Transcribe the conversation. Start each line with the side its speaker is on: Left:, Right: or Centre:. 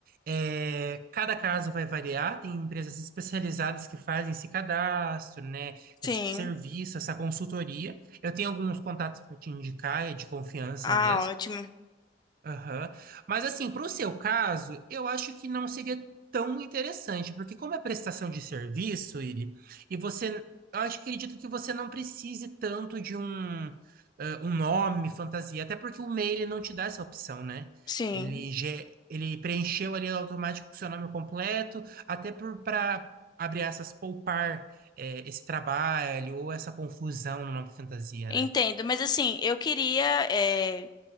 Right: eh, cada caso vai variar, tem empresas especializadas que fazem esse cadastro, né,
Left: Sim.
Right: esse serviço, essa consultoria. Eu tenho alguns contatos para te indicar, é de confiança
Left: Ah,
Right: mesmo.
Left: ótimo.
Right: Aham. Mas assim, para o seu caso, eu acho que não seria tão interessante, porque como é prestação de serviço, Iri, e você, eu acho que acredito que você não precise tanto de um, eh, um nome, fantasia, até porque o e-mail ele não te dá essa opção, né?
Left: Sim,
Right: Ele, ge- ele preencheu ali automático o seu nome completo, até por para abrir essas poupar eh, esse trabalho ou essa confusão no nome fantasia,
Left: entendo.
Right: né?
Left: Mas assim, eu queria. eh,